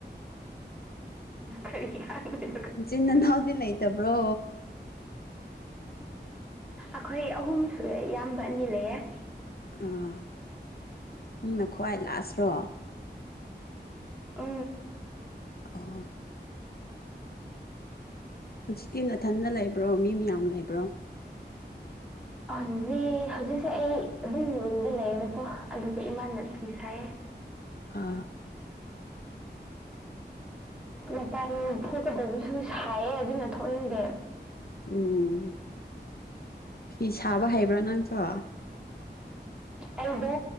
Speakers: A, in the centre; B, on the left (about 60°).
A: ꯀꯔꯤ ꯀꯗꯅꯤ
B: ꯆꯅ ꯅꯎꯗꯅ ꯑꯇꯕ꯭ꯔꯣ
A: ꯑꯩꯈꯣꯏ ꯑꯍꯨꯝ ꯁꯨꯔꯦ ꯏꯌꯥꯝꯕ ꯑꯅꯤ ꯂꯩꯌꯦꯦ
B: ꯑꯥ ꯅꯪꯅ ꯈ꯭ꯋꯥꯏ ꯂꯥꯁ꯭ꯔꯣ
A: ꯑ
B: ꯑ ꯍꯧꯖꯤꯛꯇꯤ ꯅꯥꯊꯟꯗ ꯂꯩꯕ꯭ꯔꯣ ꯃꯤ ꯃ ꯌꯥꯝꯌꯥꯝ ꯂꯩꯕ꯭ꯔꯣ
A: ꯍꯧꯖꯤꯛ ꯍꯧꯖꯤꯛꯁꯦ ꯑꯩ ꯑꯗꯨꯝ ꯌꯨꯝꯗ ꯂꯩꯌꯦꯕꯀꯣ ꯑꯗꯨꯒ ꯏꯃꯥꯅꯄꯤ ꯁꯥꯏꯑ
B: ꯑꯥ
A: ꯃꯄꯥꯟ ꯊꯣꯛꯀꯗꯧꯕꯁꯨ ꯁꯥꯏꯌꯦ ꯑꯗꯨꯅ ꯊꯣꯛꯅꯤꯡꯗꯦ
B: ꯎꯝ ꯐꯤ ꯁꯥꯕ ꯍꯩꯕ꯭ꯔꯥ ꯅꯪꯁꯨ
A: ꯑꯩꯗꯣ